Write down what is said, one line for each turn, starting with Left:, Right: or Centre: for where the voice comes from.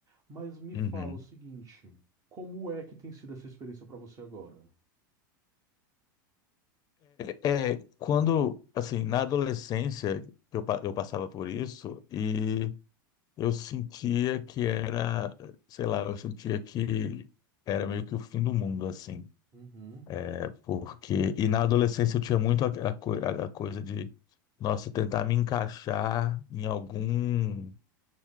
Right: Mas me fala
Left: Uhum.
Right: o seguinte, como é que tem sido essa experiência para você agora?
Left: É, é, quando, assim, na adolescência, eu, pa- eu passava por isso e eu sentia que era, sei lá, eu sentia que era meio que o fim do mundo, assim,
Right: Uhum,
Left: é Porque, e na adolescência eu tinha muito a, a co- a- a coisa de, nossa, tentar me encaixar em algum,